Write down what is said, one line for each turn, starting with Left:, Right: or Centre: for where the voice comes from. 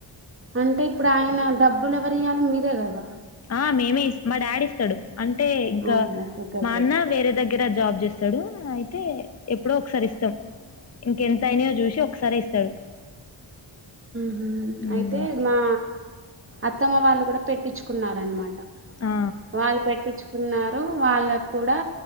Right: అంటే ఇప్పుడు ఆయన డబ్బులు ఎవరు ఇయాలి మీరే కదా,
Left: ఆ మేమే మా డాడస్త అంటే ఇంకా
Right: ఆ ఓకే
Left: మా
Right: ఓకే
Left: అన్న వేరే దగ్గర జాబ్ చేస్త ఇస్తాడు అయితే ఎప్పుడో ఒకసారి ఇస్తాం ఇంకెంత అయినయో చూసి ఒకసారి ఇస్తాడు
Right: హ
Left: హ్మ్
Right: అయితే మా అత్తమ్మ వాళ్ళు కూడా పెట్టించుకున్నార అనమాట
Left: ఆ
Right: వాళ్ళు పెట్టించుకున్నారు వాళ్ళకు కూడా